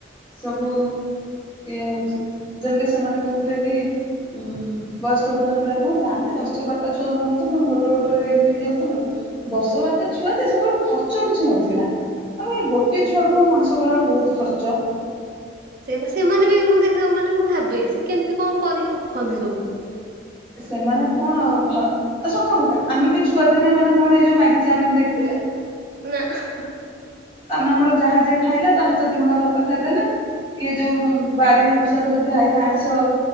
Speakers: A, on the left (about 25°); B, on the right (about 50°).
A: ସବୁ ଇଏ ହୋଉଚି। ଯେମିତି ସେମାନେ କୋହୁଥିଲେ କି ଉଁ ବୟସ୍କ ଲୋକମାନେ ପ୍ରାୟତଃ କୁହନ୍ତି ଆମେ ଦଶ ବାରଟା ଛୁଆ ଜନ୍ମ କରିଚନ୍ତି ଗୋଟେ ଗୋଟରେ ଏମିତି ହେଇଯାଉଚି ତମର ଦଶ ବାରଟା ଛୁଆ ଯେ ସେତେବେଳେ ଖର୍ଚ୍ଚ କିଛି ନଥିଲା। ଆବେ ଗୋଟେ ଛୁଆକୁ ପା ମଣିଷ କଲାବେେଳକୁ ବହୁତ ଖର୍ଚ୍ଚ
B: ସେଇପା ସେମାନେ ବି ମୁଁ ଦେଖ ମାନେ ମୁଁ ଭାବେ ସେ କେମିତି କଣ କରିକି ରଖନ୍ତି ସବୁ।
A: ସେମାନେ କଣ ଘ ସତକଥା ଆମେ ବି ଛୁଆ ଦିନେ ମାନେ କଣ ଏଇ ଯୋଉ ମ୍ୟାଗି ଚାମିନ୍ ଦେଖିଥିଲେ।
B: ନା ହ।
A: ତମେ ଆମର ଯାହା ଯିଏ ଖାଇଲା ତା ସହିତ ଦିଇ ଗୁଣ୍ଡା ଭାତ ଖାଇଦେଲେ କିଏ ଯୋଉ ବାରି ଅନୁସାରେ ଯଦି ଆଇଲା ଆଇଁଷ